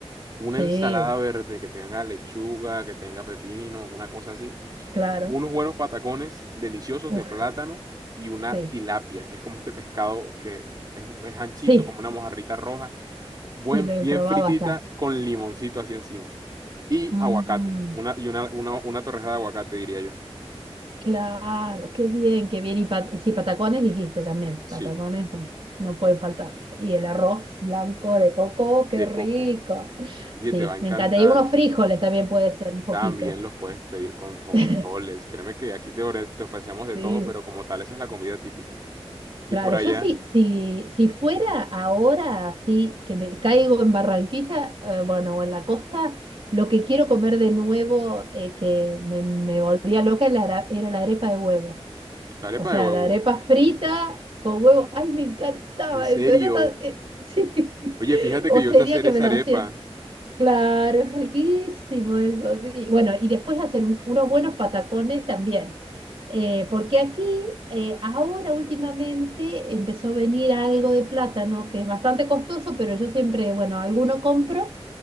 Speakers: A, on the right; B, on the right.
A: una
B: sí,
A: ensalada verde que tenga lechuga, que tenga pepino, una cosa así,
B: claro.
A: unos buenos patacones deliciosos
B: Uf,
A: de plátano y una
B: sí,
A: tilapia, que es como este pescado que es, es anchito,
B: sí,
A: como una mojarrita roja, buen-
B: sí, lo he
A: bien
B: probado
A: fritita
B: allá.
A: con limoncito así encima. Y
B: Mm.
A: aguacate, una, y una, una, una torrejada de aguacate, diría yo.
B: Claro, qué bien, qué bien. Y, pa- y sí, patacones dijiste también, patacones
A: Sí,
B: um, no pueden faltar. Y el arroz blanco de coco, qué
A: de
B: rico.
A: coco. Oye,
B: Sí,
A: te va a encantar.
B: me encanta. Y unos frijoles también puede ser un poquito.
A: También los puedes pedir con, con
B: <laughs>
A: frijoles. Créeme que aquí te, ore- te ofrecemos de
B: Sí,
A: todo, pero como tal, esa es la comida típica.
B: claro,
A: Y por allá,
B: yo sí, si, si fuera ahora así, que me caigo en Barranquilla, eh, bueno, o en la costa, lo que quiero comer de nuevo, eh, que me, me volvía loca, era, la era la arepa de huevo.
A: La arepa
B: O sea,
A: de huevo.
B: la arepa frita con huevo. Ay, me encantaba
A: ¿En serio?
B: eso. Era tan... eh, sí. <laughs>
A: Oye, fíjate
B: O
A: que yo
B: sería
A: sé hacer
B: que
A: esa
B: me lo
A: arepa.
B: hacían. Claro, es riquísimo eso, sí. Bueno, y después hacer un- unos buenos patacones también. Eh, porque aquí, eh, ahora últimamente, empezó a venir algo de plátano, que es bastante costoso, pero yo siempre, bueno, alguno compro